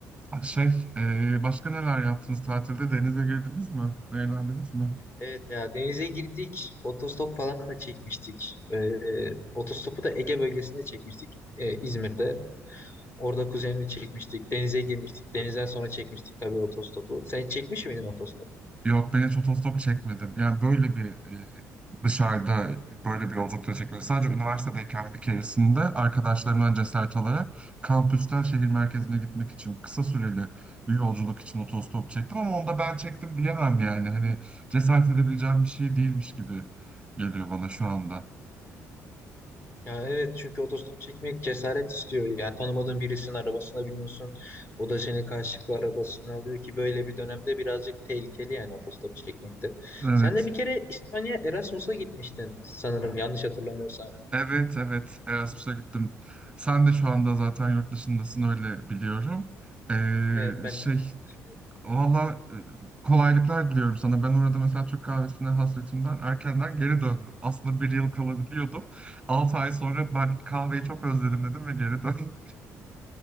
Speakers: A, on the right (about 15°); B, on the left (about 40°).
A: Şey, e, başka neler yaptınız tatilde? Denize girdiniz mi? Eğlendiniz mi?
B: Evet ya denize girdik. Otostop falan da çekmiştik. Ee, otostopu da Ege bölgesinde çekmiştik ee, İzmir'de. Orada kuzenimi çekmiştik. Denize girmiştik. Denizden sonra çekmiştik tabii otostopu. Sen hiç çekmiş miydin otostop?
A: Yok, ben hiç otostop çekmedim. Yani böyle bir e, dışarıda böyle bir yolculukta çekmedim. Sadece üniversitedeyken bir keresinde arkadaşlarımdan cesaret alarak kampüsten şehir merkezine gitmek için kısa süreli bir yolculuk için otostop çektim ama onda ben çektim diyemem yani. Hani cesaret edebileceğim bir şey değilmiş gibi geliyor bana şu anda.
B: Ya evet çünkü otostop çekmek cesaret istiyor. Yani tanımadığın birisinin arabasına biniyorsun. O da seni karşılıklı arabasına alıyor ki böyle bir dönemde birazcık tehlikeli yani otostop çekmekte.
A: Evet.
B: Sen de bir kere İspanya Erasmus'a gitmiştin sanırım yanlış hatırlamıyorsam.
A: Evet evet Erasmus'a gittim. Sen de şu anda zaten yurt dışındasın öyle biliyorum. Ee,
B: Evet ben
A: şey
B: de şu an yurt dışındayım.
A: valla e, kolaylıklar diliyorum sana. Ben orada mesela Türk kahvesine hasretimden erkenden geri döndüm. Aslında bir yıl kalabiliyordum. 6 ay sonra ben kahveyi çok özledim dedim ve geri döndüm.